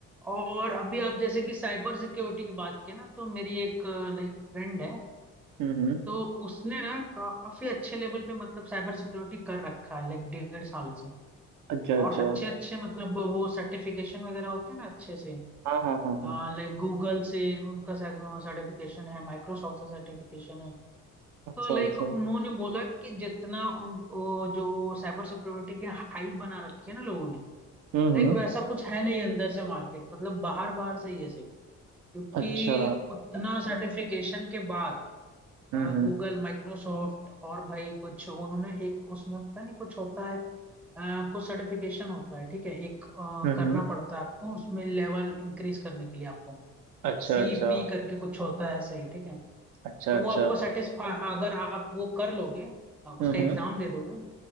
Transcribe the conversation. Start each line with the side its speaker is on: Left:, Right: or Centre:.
Centre: और अभी आप जैसे कि साइबर सिक्योरिटी की बात की ना तो मेरी एक लाइक फ्रेंड है
Right: हम्म हम्म
Centre: तो उसने ना काफी अच्छे लेवल पे मतलब साइबर सिक्योरिटी कर रखा है लाइक डेढ़ साल से
Right: अच्छा अच्छा
Centre: और अच्छे अच्छे मतलब वो सर्टिफिकेशन वगैरह होते हैं ना अच्छे से
Right: हाँ हाँ हाँ हाँ
Centre: लाइक गूगल से उनका सर्टिफिकेशन है माइक्रोसॉफ्ट से सर्टिफिकेशन है
Right: अच्छा
Centre: तो लाइक
Right: अच्छा
Centre: उन्होंने बोला कि जितना उन वो जो साइबर सिक्योरिटी की हाइप बना रखी है ना लोगों ने
Right: हम्म हम्म
Centre: लाइक वैसा कुछ है नहीं अंदर से मार्केट मतलब बाहर बाहर से ही है क्योंकि
Right: अच्छा
Centre: उतना सर्टिफिकेशन के बाद
Right: हम्म हम्म
Centre: गूगल माइक्रोसॉफ्ट और भाई कुछ उन्होंने एक उसमें पता नहीं कुछ होता है अ, कुछ सर्टिफिकेशन होता है ठीक है एक अ,
Right: हम्म
Centre: करना
Right: हम्म।
Centre: पड़ता है आपको उसमें लेवल इंक्रीज करने के लिए आपको
Right: अच्छा
Centre: सीपी
Right: अच्छा
Centre: करके कुछ होता है सही ठीक है
Right: अच्छा
Centre: तो वो
Right: अच्छा
Centre: आपको सेटिस्फाई अगर आप वो कर लोगे अ, उसका
Right: हम्म
Centre: एग्जाम
Right: हम्म
Centre: दे दोगे